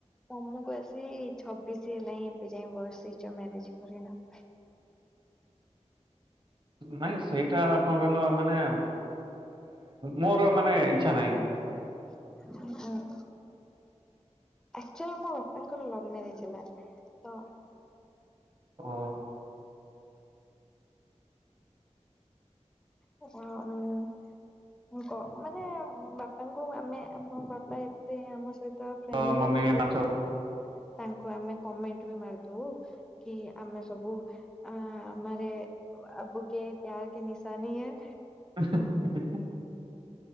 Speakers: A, in the centre; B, on the right (about 45°).
A: ତମକୁ ଆସି ଛବିଶି ହେଲାଣି, ଏବେ ଯାଇ ବସିଛ ମ୍ୟାରେଜ କରିନ?
B: ନାଇଁ ସେଇଟା କଣ କହିଲ ମାନେ ମୋର ମାନେ ଇଛାନାଇ
A: <unintelligible> ଆକୁଚୁଆଲି ମୋ ବାପାଙ୍କର ଲଭ୍ ମ୍ୟାରେଜ ହେଲା, ତ
B: ଓ
A: ଓ <unintelligible> କ ମାନେ ବାପାଙ୍କୁ ଆମେ ଆମ ବାପା ଏତେ ଆମ ସହିତ ତମ ଫ୍ରେଣ୍ଡଲି
B: ତ ମମି
A: ଅଛନ୍ତି
B: ପାଞ୍ଚ
A: କି, ତାଙ୍କୁ ଆମେ କମେଣ୍ଟ ବି ମାରିଦବୁ କି ଆମେ ସବୁ ଆ ମାରେ ଆବୁ କେ ପ୍ୟାର କେ ନିଶାନୀ ହେ।
B: <unintelligible>